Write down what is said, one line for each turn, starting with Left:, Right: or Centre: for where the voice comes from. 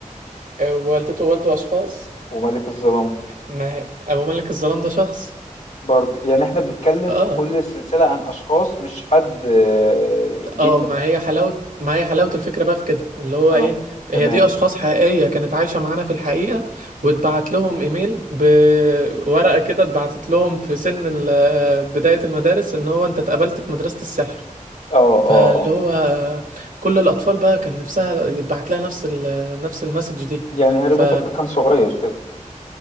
Right: آه، والدته ووالده اشخاص
Left: وملك الظلام
Right: ما هي... ابو ملك الظلام ده شخص
Left: برضو يعني احنا بنتكلم
Right: اه
Left: في كل السلسلة عن اشخاص مش حد آه،
Right: اه
Left: جن
Right: آه، ما هي حلاوة ما هي حلاوة الفكرة بقى في كده اللي هو
Left: اه
Right: ايه
Left: تمام
Right: هي دي اشخاص حقيقية كانت عايشة معانا في الحقيقة واتبعت لهم ايميل بورقة كده اتبعتت لهم في سن ال- آه، بداية المدارس ان هو انت اتقبلت في مدرسة السحر
Left: اه
Right: فاللي
Left: اه اه
Right: هو كل الاطفال بقى كان نفسها يتبعت لها نفس ال- نفس المسج دي
Left: يعني هاري
Right: ف
Left: بوتر ده كان صغير كده